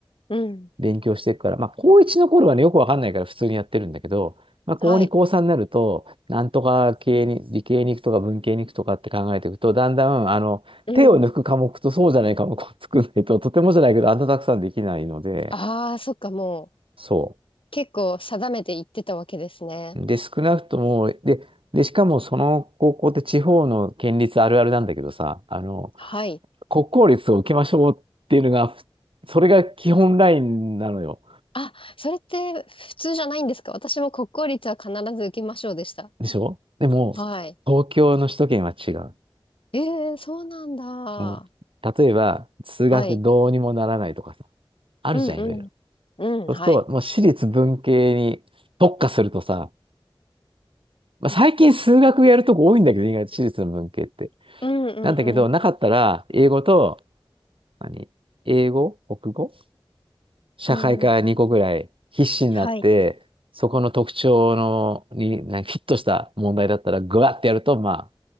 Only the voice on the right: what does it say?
勉強していくから、まあ、高1の頃はね、よくわかんないから普通にやってるんだけど、まあ、高2、
高3になると、なんとか系に、理系に行くとか文系に行くとかって考えていくと、だんだん、あの、
手を抜く科目とそうじゃない科目を作らないと、とてもじゃないけど、あんなたくさんできないので、
そう。
で、少なくとも、で、で、しかもその高校って地方の県立あるあるなんだけどさ、あの、
国公立を受けましょうっていうのが、ふそれが基本ラインなのよ。
でしょでも、
東京の首都圏は違う。
もう例えば、数学どうにもならないとかさ、
あるじゃん、
いろいろ。
そうすると、
もう私立文系に特化するとさ、まあ、最近数学やるとこ多いんだけど、意外と私立の文系って。
なんだけど、
なかったら、英語と、何英語、国語社会科2個ぐらい必死になって、
そこの特徴のに、なんかフィットした問題だったら、ぐわってやると、まあ、